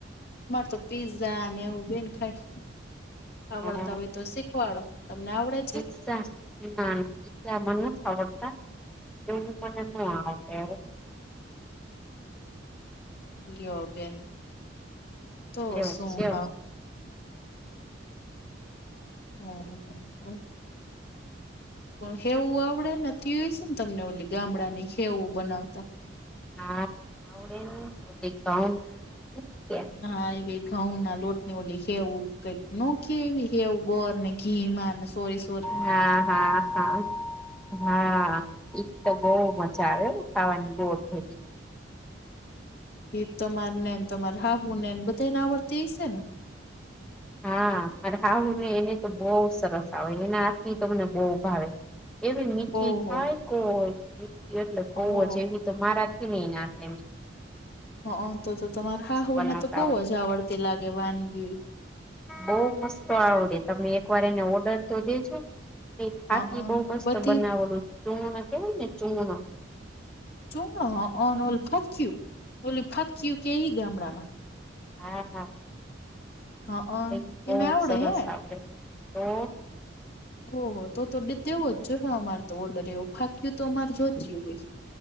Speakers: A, on the left; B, in the centre.
A: મારે તો પીઝા અને એવુ બેન ખાય છે. આવડતા
B: પીઝા
A: હોય તો શીખવાડો તમને આવડે છે?
B: પિઝા ના ના પિઝા મને નથી આવડતા એવુ મને ના આવડે હો.
A: લો બેન તો
B: એવું
A: શુ
B: છે
A: હાવ. હમ હેવુ આવડેને તીવ છે ને તમને ઓલી ગામડા ની ખેવું બનાવતા
B: હા આવડે ને <inaudible> <unintelligible>
A: હા એ ભ ઘઉં ના લોટની ઓલી હેવું કઈક નોખી એવી હેવું ગોર નહી. ઘી માં સોઇસ.
B: હા હા હા હા. એક તો બહુ મજા આવે ખાવાની ગોળ ભેગી.
A: એ તમાર ને તમાર હાહુ નેને બધાને આવડતી છે ને.
B: હા મારે હાહુ ને એને તો બહુ સરસ આવડે એના હાથ તો મને બહુ ભાવે એવી મીઠી
A: ઓહો
B: થાય કોઈ મીઠી એટલે બહુ
A: ઓહ
B: જ એવી. તો મારાથી નેય નાખે એમ.
A: અહં, તો-તો તમારે હાહુને
B: બનાવતા
A: તો બહું
B: આવડે
A: જ આવડતી લાગે વાનગીયુંઈ.
B: બઉ મસ્ત આવડે, તમે એક વાર એને ઓર્ડર તો દેજો. એ ફાકી
A: હ
B: બહું મસ્ત
A: બધી
B: બનાવે, ઓલું ચૂનુંનો કેવાય ને ચૂનુંનો
A: ચૂનો? અહં ઓલી ફક્યું, ઓલી ફાક્યું કયે ઈ ગામડામાં?
B: હા, હા.
A: હ
B: એન બહું
A: એને આવડે
B: સરસ
A: હે
B: આવડે. તો
A: ઓહો, તો-તો દેત દેવો જ જોએ હો અમારે તો ઓર્ડર એવું, ફાકીયું તો અમારે જોતીય હોય.